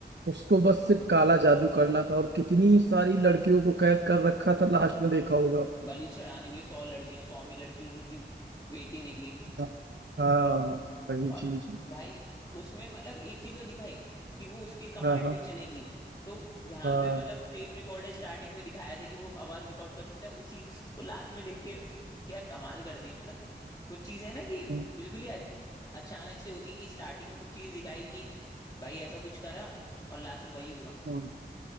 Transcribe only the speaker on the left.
बलि चढ़ाने के लिए सौ लड़कियां सौवीं लड़की इसी की बेटी निकली
और
भाई उसमें मतलब एक चीज तो दिखाई कि वो उसके कमांड
पे ही चलेंगी तो जहां
पे मतलब टेप रिकॉर्डर स्टार्टिंग में दिखाया था कि वो आवाज रिकॉर्ड कर सकता है उसी को लास्ट में लेके क्या कमाल कर दिया मतलब कुछ चीजें ना कि
बिल्कुल ही अच- अचानक से होती है कि स्टार्टिंग में कुछ चीज दिखाई कि भाई ऐसा कुछ करा और लास्ट में वही हुआ